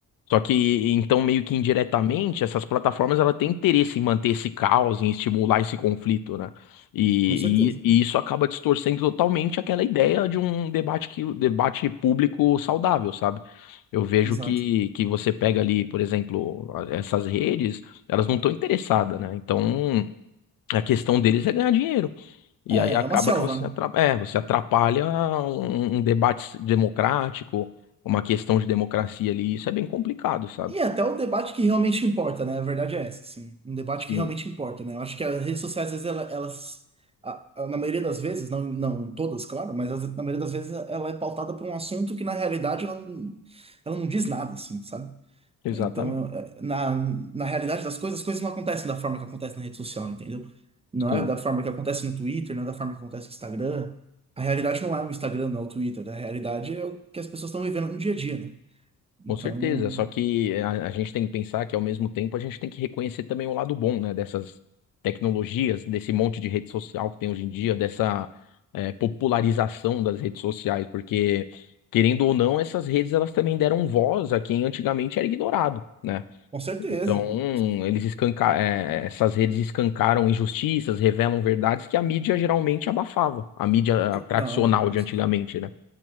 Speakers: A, on the left; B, on the right.
A: Só que, então, meio que indiretamente, essas plataformas ela tem interesse em manter esse caos, em estimular esse conflito, né? E,
B: com certeza.
A: e- e isso acaba distorcendo totalmente aquela ideia de um debate que, debate público saudável, sabe? Eu vejo
B: Exato.
A: que, que você pega ali, por exemplo, a- essas redes, elas não estão interessadas, né? Então, a questão deles é ganhar dinheiro. E
B: É,
A: aí acaba
B: é uma selva,
A: que você
B: né?
A: atrapalha, é, você atrapalha um um debate democrático, uma questão de democracia ali, isso é bem complicado, sabe?
B: E até o debate que realmente importa, né? A verdade é essa, assim. Um debate
A: Sim,
B: que realmente importa, né? Eu acho que as redes sociais, às vezes, ela- elas, a- a- na maioria das vezes, não, não todas, claro, mas às- na maioria das vezes ela é pautada por um assunto que, na realidade, ela não, ela não diz nada, assim, sabe?
A: exatamente.
B: Então, é, na, na realidade das coisas, as coisas não acontecem da forma que acontece na rede social, entendeu? Não
A: Sim,
B: é da forma que acontece no Twitter, não é da forma que acontece no Instagram. A realidade não é o Instagram, não é o Twitter. A realidade é o que as pessoas estão vivendo no dia a dia, né? Então.
A: com certeza. Só que eh, a, a gente tem que pensar que, ao mesmo tempo, a gente tem que reconhecer também o lado bom, né, dessas tecnologias, desse monte de rede social que tem hoje em dia, dessa eh, popularização das redes sociais, porque, querendo ou não, essas redes elas também deram voz a quem antigamente era ignorado, né?
B: Com certeza,
A: Então,
B: cara.
A: eles escanca eh, eh, essas redes escancaram injustiças, revelam verdades que a mídia geralmente abafava, a mídia ah, tradicional
B: Não, com,
A: de antigamente, né?